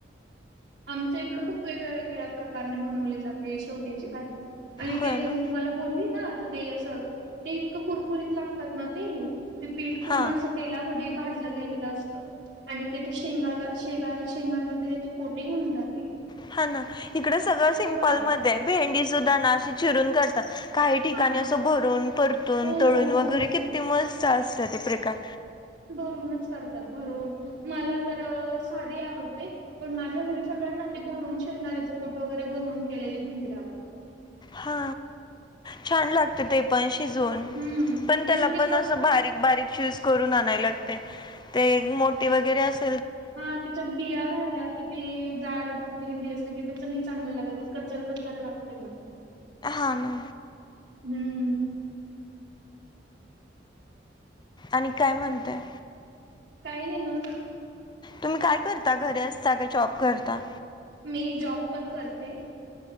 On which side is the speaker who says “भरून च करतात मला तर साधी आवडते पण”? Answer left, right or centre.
Right